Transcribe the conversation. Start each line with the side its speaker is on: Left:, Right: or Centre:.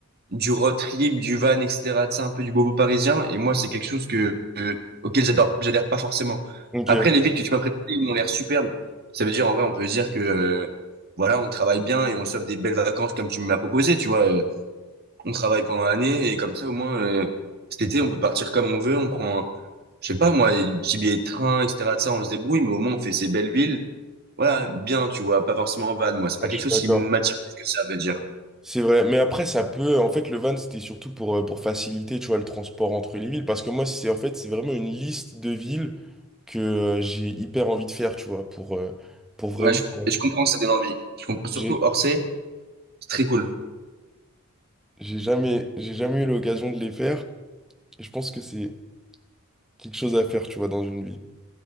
Right: du road trip, du van, etc. C'est un peu du bobo parisien. Et moi, c'est quelque chose que euh, auquel j'adore, j'adhère pas forcément.
Centre: Ok,
Right: Après,
Centre: je
Right: les villes que tu m'as présentées, ils m'ont l'air superbes. Ça veut dire, en vrai, on peut dire que euh, voilà, on travaille bien et on sauve des belles vacances comme tu m'as proposé. Tu vois, Euh, on travaille pendant l'année et comme ça, au moins, euh, cet été, on peut partir comme on veut. On prend, je sais pas moi, des petits billets de train, etc. De ça, on se débrouille, mais au moins, on fait ces belles villes voilà, bien, tu vois, pas forcément en van, moi. C'est pas quelque
Centre: suis
Right: chose
Centre: d'accord.
Right: qui m'attire plus que ça, à vrai dire.
Centre: C'est vrai, mais après ça peut, en fait le van c'était surtout pour, euh, pour faciliter, tu vois, le transport entre les villes, parce que moi c'est en fait c'est vraiment une liste de villes que euh, j'ai hyper envie de faire, tu vois, pour, euh, pour vraiment,
Right: Ouais, je,
Centre: euh,
Right: et je comprends que ça donne envie. Je comprends surtout
Centre: j'ai
Right: Orsay, c'est très cool.
Centre: j'ai jamais, j'ai jamais eu l'occasion de les faire, et je pense que c'est quelque chose à faire, tu vois, dans une vie.